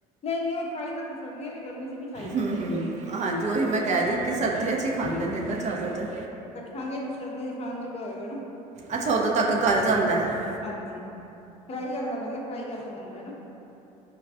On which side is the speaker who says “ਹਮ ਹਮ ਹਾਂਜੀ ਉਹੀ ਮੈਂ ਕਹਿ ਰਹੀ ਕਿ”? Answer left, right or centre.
Right